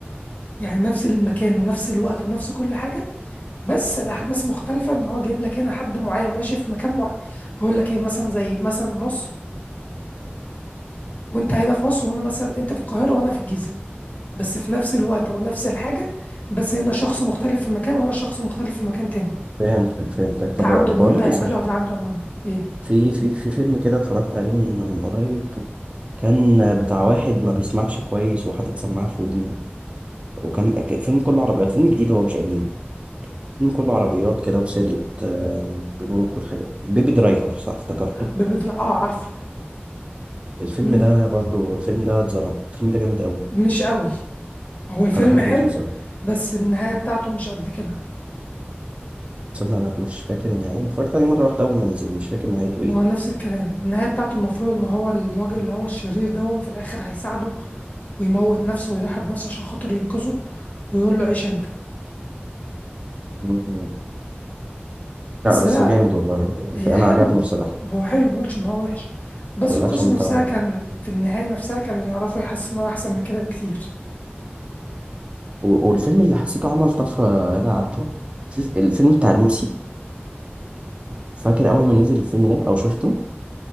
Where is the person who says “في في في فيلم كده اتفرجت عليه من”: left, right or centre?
Right